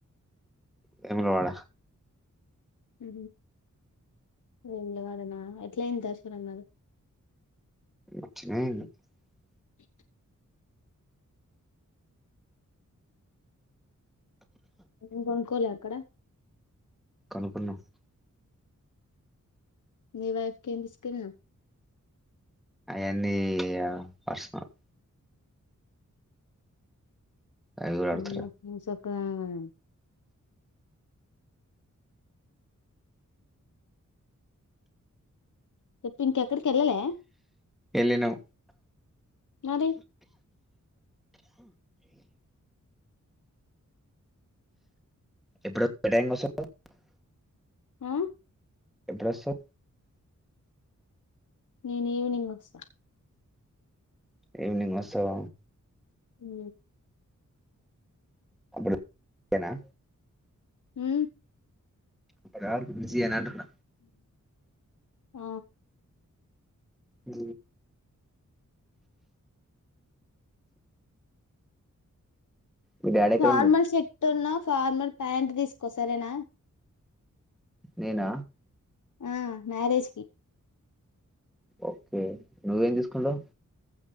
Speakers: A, in the centre; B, on the left (about 70°).
A: వేములవాడ
B: హు వేములవాడ వాడన ఎట్లా అయింది <unintelligible>
A: <unintelligible>
B: ఇ ఏం కొనుక్కోలే అక్కడ
A: <unintelligible>
B: మీ వైఫ్ కి ఎంతీసుకునావ్
A: అవన్నీ పర్సనల్
B: <unintelligible>
A: అవి కూడా అడుగుతారా
B: <unintelligible> ఇంకెక్కడికి వెళ్ళలే
A: ఎల్లినం
B: మరి
A: ఎప్పుడు <unintelligible>
B: ఆ
A: <unintelligible>
B: నేను ఈవినింగ్ వస్త
A: ఈవినింగ్ వస్తావ
B: హు
A: అప్పుడు <unintelligible> న
B: హు
A: అట్ల కాదు బిజీన అని అంటున్న
B: ఆ
A: ఉ మీ డాడీ ఎక్కడ
B: ఫార్మల్
A: ఉండు
B: షర్ట్ అన్న ఫార్మల్ ప్యాంట్ తీసుకో సరేన
A: నేన
B: ఆ మ్యారేజ్ కి
A: ఒకే నువ్వేం తీసుకుంటావ్